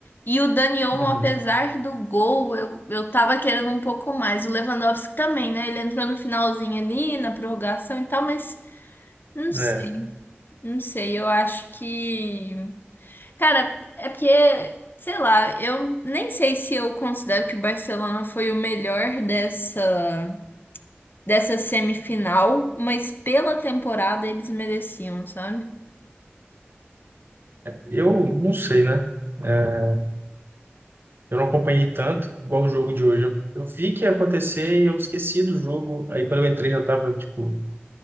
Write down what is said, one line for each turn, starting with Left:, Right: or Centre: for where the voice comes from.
Left: E o Dani Olmo,
Right: Uhum.
Left: apesar do gol, eu, eu tava querendo um pouco mais. O Lewandowski também, né? Ele entrou no finalzinho ali, na prorrogação e tal, mas não sei,
Right: É,
Left: não sei. Eu acho que. Cara, é porque, sei lá, eu nem sei se eu considero que o Barcelona foi o melhor dessa dessa semifinal, mas pela temporada eles mereciam, sabe?
Right: eu não sei, né? é, Eu não acompanhei tanto, igual o jogo de hoje. Eu, eu vi que ia acontecer e eu esqueci do jogo. Aí quando eu entrei já tava, tipo,